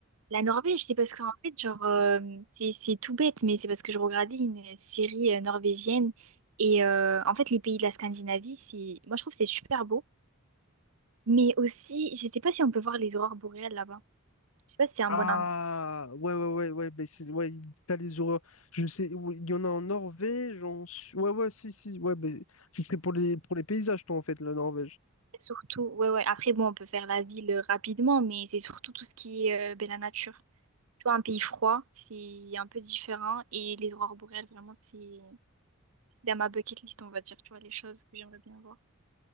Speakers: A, on the right; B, on the left.
A: La Norvège, c'est parce qu'en fait, genre, euh, c'est, c'est tout bête, mais c'est parce que je regardais une série euh, norvégienne. Et euh, en fait, les pays de la Scandinavie, c'est, moi, je trouve que c'est super beau. Mais aussi, je sais pas si on peut voir les aurores boréales là-bas. Je sais pas si c'est un bon
B: Ah,
A: endroit.
B: ouais, ouais, ouais, ouais, bah c'est- ouais, t'as les horreurs. Je sais, oui, il y en a en Norvège, en... Su- ouais, ouais, si, si, ouais, bah, ce serait pour les, pour les paysages, toi, en fait, la Norvège.
A: Surtout, ouais, ouais. Après, bon, on peut faire la ville euh, rapidement, mais c'est surtout tout ce qui est euh, ben, la nature. Tu vois, un pays froid, c'est un peu différent. Et les aurores boréales, vraiment, c'est c'est dans ma bucket list, on va dire. Tu vois, les choses que j'aimerais bien voir.